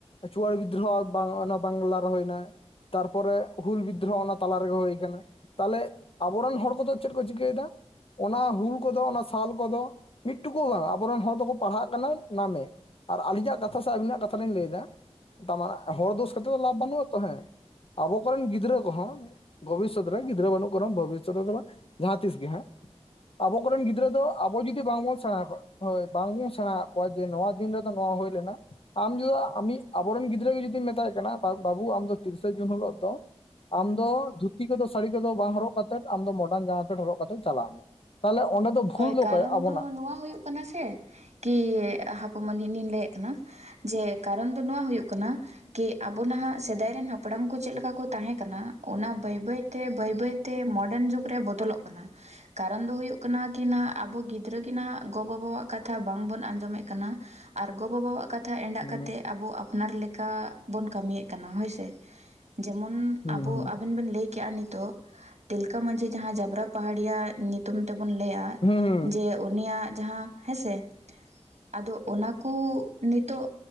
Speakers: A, on the left; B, on the right.
A: ᱪᱩᱣᱟᱲ ᱵᱤᱫᱽᱫᱨᱳ ᱦᱚᱸ ᱵᱟᱝ ᱚᱱᱟ ᱵᱟᱝᱞᱟ ᱨᱮ ᱦᱩᱭ ᱮᱱᱟ ᱾ ᱛᱟᱨᱯᱚᱨᱮ ᱦᱩᱞ ᱵᱤᱫᱽᱫᱨᱳᱦᱚᱸ ᱚᱱᱟ ᱛᱟᱞᱟ ᱨᱮᱜᱮ ᱦᱩᱭ ᱟᱠᱟᱱᱟ ᱾ ᱛᱟᱦᱚᱞᱮ ᱟᱵᱚᱨᱮᱱ ᱦᱚᱲ ᱠᱚ ᱫᱚ ᱪᱮᱫ ᱠᱚ ᱪᱤᱠᱟᱹᱭᱮᱫᱟ ᱚᱱᱟ ᱦᱩᱞ ᱠᱚ ᱫᱚ ᱚᱱᱟ ᱥᱟᱞ ᱠᱚ ᱫᱚ, ᱢᱤᱫᱴᱩᱠᱩ ᱦᱚᱸ ᱵᱟᱝ ᱟᱵᱚᱨᱮᱱ ᱦᱚᱲ ᱫᱚ ᱠᱚ ᱯᱟᱲᱦᱟᱜ ᱠᱟᱱᱟ ᱱᱟᱢᱮ ᱟᱨ ᱟᱹᱞᱤᱧᱟᱜ ᱠᱟᱛᱷᱟ ᱥᱮ ᱟᱹᱵᱤᱱᱟᱜ ᱠᱟᱛᱷᱟ ᱞᱤᱧ ᱞᱟᱹᱭ ᱫᱟ ᱫᱟ ᱛᱟᱢᱟᱱᱮ ᱦᱚᱲ ᱫᱳᱥ ᱠᱟᱛᱮᱫ ᱫᱚ ᱞᱟᱵᱷ ᱵᱟᱹᱱᱩᱜ ᱟᱛᱚ ᱦᱮᱸ ᱟᱵᱚ ᱠᱚ ᱨᱮᱱ ᱜᱤᱫᱽᱨᱟᱹ ᱠᱚ ᱦᱚᱸ, ᱵᱷᱚᱵᱤᱥᱥᱚᱛ ᱨᱮ ᱜᱤᱫᱽᱨᱟᱹ ᱵᱟᱹᱱᱩᱜ ᱠᱚ ᱨᱮ ᱦᱚ ᱵᱷᱚᱵᱤᱥᱚᱛ ᱨᱮ ᱫᱚ ᱵᱟᱝ ᱡᱟᱦᱟᱸ ᱛᱤᱥ ᱜᱮ ᱦᱟᱸᱜ ᱟᱵᱚ ᱠᱚ ᱨᱮᱱ ᱜᱤᱫᱽᱨᱟᱹ ᱫᱚ ᱟᱵᱚ ᱡᱩᱫᱤ ᱵᱟᱝᱵᱚᱱ ᱥᱮᱲᱟ ᱟᱠᱚᱣᱟ ᱦᱚᱭ ᱵᱟᱝᱵᱚᱱ ᱥᱮᱬᱟ ᱟᱫ ᱠᱚᱣᱟ ᱡᱮ ᱱᱚᱣᱟ ᱫᱤᱱ ᱨᱮ ᱫᱚ ᱱᱚᱣᱟ ᱦᱩᱭ ᱞᱮᱱᱟ ᱾ ᱟᱢ ᱡᱩᱫᱤ ᱟᱹᱢᱤᱡ ᱟᱵᱚᱨᱮᱱ ᱜᱤᱫᱽᱨᱟᱹ ᱜᱮ ᱡᱩᱫᱤᱢ ᱢᱮᱛᱟᱭ ᱠᱟᱱᱟ ᱵᱟ ᱵᱟᱹᱵᱩ ᱟᱢ ᱫᱚ, ᱛᱤᱨᱤᱥᱟ ᱡᱩᱱ ᱦᱤᱞᱚᱜ ᱫᱚ ᱟᱢ ᱫᱚ ᱫᱷᱩ ᱛᱤ ᱠᱚ ᱫᱚ ᱥᱟᱹᱲᱤ ᱠᱚ ᱫᱚ ᱵᱟᱝ ᱦᱚᱨᱚᱜ ᱠᱟᱛᱮᱫ ᱟᱢ ᱫᱚ ᱢᱚᱰᱟᱨᱱ ᱡᱟᱢᱟ ᱯᱮᱱᱴ ᱦᱚᱨᱚᱜ ᱠᱟᱛᱮ ᱪᱟᱞᱟᱜ ᱢᱮ ᱾ ᱛᱟᱦᱚᱞᱮ ᱚᱸᱰᱮ ᱫᱚ ᱵᱷᱩᱞ
B: ᱦᱳᱭ
A: ᱫᱚ
B: ᱠᱟᱨᱚᱱ
A: ᱚᱠᱚᱭᱟᱜ ᱟᱵᱚᱱᱟᱜ
B: ᱫᱚ ᱱᱚᱣᱟ
A: ᱾
B: ᱦᱩᱭᱩᱜ ᱠᱟᱱᱟ ᱥᱮ ᱠᱤ ᱦᱟᱯᱩ ᱢᱟᱞᱤᱱᱤᱧ ᱞᱟᱹᱭᱮᱫ ᱠᱟᱱᱟ᱾ ᱡᱮ ᱠᱟᱨᱚᱱ ᱫᱚ ᱱᱚᱣᱟ ᱦᱩᱭᱩᱜ ᱠᱟᱱᱟ᱾ ᱠᱤ ᱟᱵᱚ ᱱᱟᱦᱟᱸᱜ ᱥᱮᱫᱟᱭ ᱨᱮᱱ ᱦᱟᱯᱲᱟᱢ ᱠᱚ ᱪᱮᱫ ᱞᱮᱠᱟ ᱠᱚ ᱛᱟᱦᱮᱸ ᱠᱟᱱᱟ ᱚᱱᱟ ᱵᱟᱹᱭ ᱵᱟᱹᱭ ᱛᱮ ᱵᱟᱹᱭ ᱵᱟᱹᱭ ᱛᱮ ᱢᱚᱰᱟᱱ ᱡᱩᱜᱽ ᱨᱮ ᱵᱚᱫᱚᱞᱚᱜ ᱠᱟᱱᱟ ᱠᱟᱨᱚᱱ ᱫᱚ ᱦᱩᱭᱩᱜ ᱠᱟᱱᱟ᱾ ᱠᱤ ᱱᱟᱜ ᱟᱵᱚ ᱜᱤᱫᱽᱨᱟᱹ ᱠᱤ ᱱᱟᱜ ᱜᱚᱼ ᱵᱟᱵᱟᱣᱟᱜ ᱠᱟᱛᱷᱟ ᱵᱟᱝᱵᱚᱱ ᱟᱸᱡᱚᱢᱮᱫ ᱠᱟᱱᱟ ᱟᱨ ᱜᱚᱼᱵᱟᱵᱟᱣᱟᱜ ᱠᱟ ᱛᱷᱟ ᱮᱸᱰᱟᱜ
A: ᱦᱩᱸ
B: ᱠᱟᱛᱮᱜ ᱟᱵᱚ ᱟᱯᱱᱟᱨ ᱞᱮᱠᱟ ᱵᱚᱱ ᱠᱟᱹᱢᱤᱭᱮᱫ ᱠᱟᱱᱟ ᱦᱳᱭᱥᱮ ᱡᱮᱢᱚᱱ
A: ᱦᱩᱸ
B: ᱟᱵᱚ
A: ᱦᱩᱸ
B: ᱟᱵᱮᱱ ᱵᱮᱱ ᱞᱟᱹᱭᱠᱮᱜᱼᱟ ᱱᱤᱛᱚᱜ ᱛᱤᱞᱠᱟᱹ ᱢᱟᱹᱡᱷᱤ ᱡᱟᱦᱟᱸ ᱡᱟᱵᱨᱟ ᱯᱟᱦᱟᱲᱤᱭᱟ ᱧᱩᱛᱩᱢ ᱛᱮ ᱵᱚ ᱵᱚᱱ ᱞᱟᱹᱭᱟ
A: ᱦᱩᱸ
B: ᱡᱮ ᱩᱱᱤᱭᱟᱜ ᱡᱟᱦᱟᱸ ᱦᱮᱸᱥᱮ ᱟᱫᱚ ᱚᱱᱟ ᱠᱩ ᱱᱤᱛᱳᱜ